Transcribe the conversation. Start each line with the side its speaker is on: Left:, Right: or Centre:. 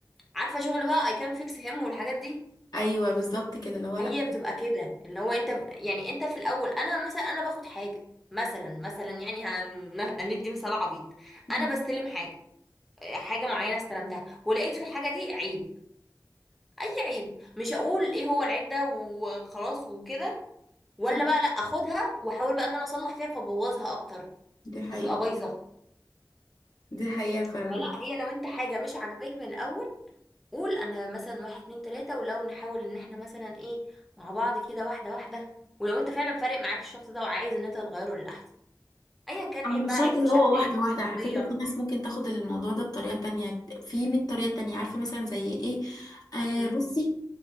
Centre: عارفة شغل بقى I can fix him والحاجات دي
Left: ايوه بالظبط كده اللي هو لا
Centre: هي بتبقى كده اللي هو انت ب... يعني انت في الاول انا مثلا انا باخد حاجه مثلا مثلا يعني هن... هندي مثال عبيط
Left: مم.
Centre: انا بستلم حاجه حاجه معينه استلمتها ولقيت في الحاجه دي عيب اي عيب مش هقول ايه هو العيب ده وخلاص وكده ولا
Left: صح
Centre: بقى لا اخدها واحاول بقى ان انا اصلح فيها فبوظها اكتر
Left: دي حقيقة
Centre: فتبقى بايظه
Left: دي حقيقة فعلا
Centre: فلا هي لو انت حاجه مش عاجباك من الاول قول انا مثلا واحد اتنين تلاتة ولو نحاول ان احنا مثلا ايه مع بعض كده واحدة واحدة ولو انت فعلا فارق معاك الشخص ده وعايز ان انت تغيره للأحسن ايا كان
Left: أو
Centre: عيب
Left: مش
Centre: بقى عيب
Left: شرط
Centre: في
Left: اللي
Centre: شكل
Left: هو واحدة
Centre: عيب
Left: واحدة
Centre: في شخصية
Left: على فكرة في ناس ممكن تاخد الموضوع ده بطريقة تانية في 100 طريقة تانية عارفة مثلا زي ايه آه
Centre: مم.
Left: بصي